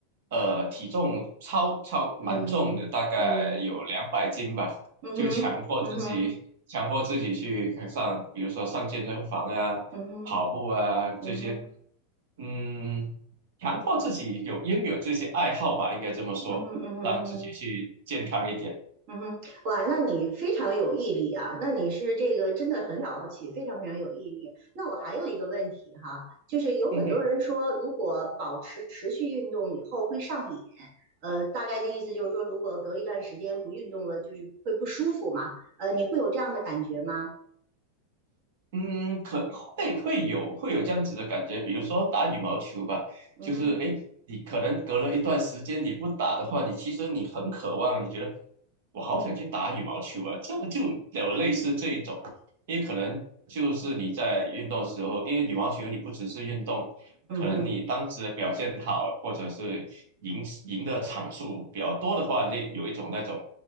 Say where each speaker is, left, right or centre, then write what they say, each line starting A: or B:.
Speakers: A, on the right; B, on the right.
A: 呃，体重超超蛮重的，
B: 嗯嗯
A: 大概有两百斤吧，
B: 嗯哼嗯哼
A: 就强迫自己强迫自己去上，比如说上健身房啊、
B: 嗯哼嗯哼
A: 跑步啊这些，
B: 嗯哼
A: 嗯，强迫自己有拥有这些爱好吧，应该这么说，
B: 嗯哼嗯哼嗯哼嗯哼
A: 让自己去健康一点。
B: 嗯哼，哇，那你非常有毅力啊！那你是这个真的很了不起，非常非常有毅力。那我还有一个问题哈，就是有很多人说，
A: <laughs>
B: 如果保持持续运动以后会上瘾，呃，大概的意思就是说，如果隔一段时间不运动了，就是会不舒服嘛，呃，你会有这样的感觉吗？
A: 嗯，可会会有会有这样子的感觉，比如说打羽毛球吧，
B: 嗯
A: 就是诶，你可能隔了一段时间你不打的话，你其实你很渴望，你觉得我好想去打羽毛球啊，这个就有类似这一种，因为可能就是你在运动的时候，因为羽毛球你不只是运动，
B: 嗯哼。
A: 可能你当时的表现好，或者是赢赢的场数比较多的话，那有一种那种